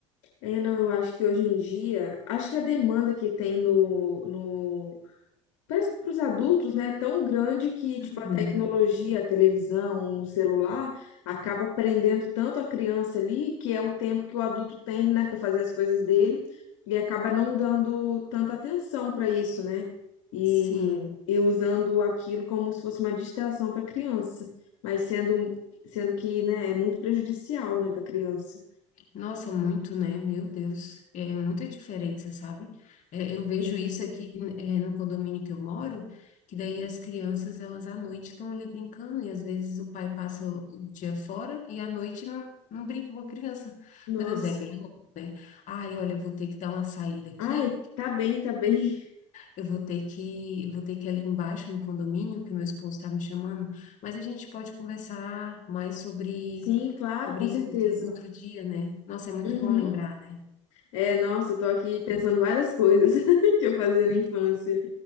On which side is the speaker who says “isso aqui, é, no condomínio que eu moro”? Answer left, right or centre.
Left